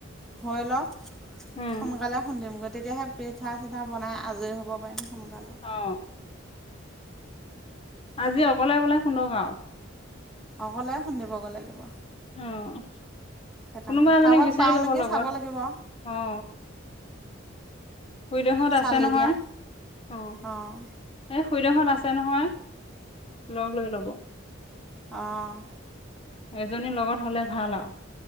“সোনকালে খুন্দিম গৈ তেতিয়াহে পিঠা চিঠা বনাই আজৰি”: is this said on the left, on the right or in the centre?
Centre